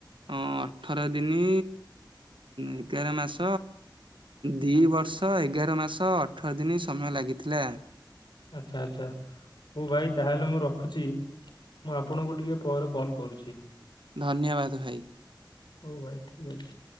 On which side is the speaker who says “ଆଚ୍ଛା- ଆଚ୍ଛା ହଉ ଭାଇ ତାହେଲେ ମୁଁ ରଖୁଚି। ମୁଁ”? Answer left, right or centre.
Left